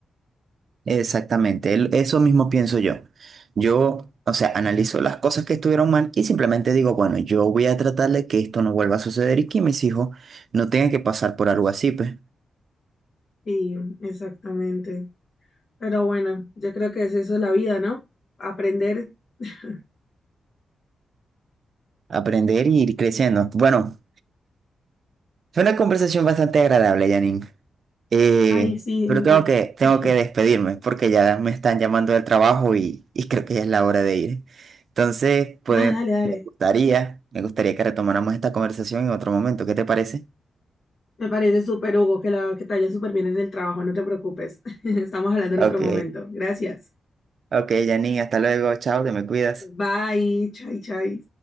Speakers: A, on the right; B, on the left.
A: exactamente, el- eso mismo pienso yo. Yo, o sea, analizo las cosas que estuvieron mal y simplemente digo, bueno, yo voy a tratar de que esto no vuelva a suceder y que mis hijos no tengan que pasar por algo así, pues.
B: Sí, exactamente. Pero bueno, yo creo que es eso la vida, ¿no? Aprender. <laughs>
A: Aprender y ir creciendo. Bueno, fue una conversación bastante agradable, Janine. Eh,
B: Ay, sí,
A: pero
B: Hugo.
A: tengo que, tengo
B: <laughs>
A: que despedirme porque ya me están llamando del trabajo y, y creo que ya es la hora de ir. Entonces, puede,
B: Nada, dale, dale.
A: me gustaría, me gustaría que retomáramos esta conversación en otro momento. ¿Qué te parece?
B: Me parece súper, Hugo, que, la, que te vaya súper bien en el trabajo, no te preocupes. <laughs> Estamos hablando en
A: Ok,
B: otro momento. Gracias.
A: ok, Janine, hasta luego, chao, te me cuidas.
B: Bye, chai, chai.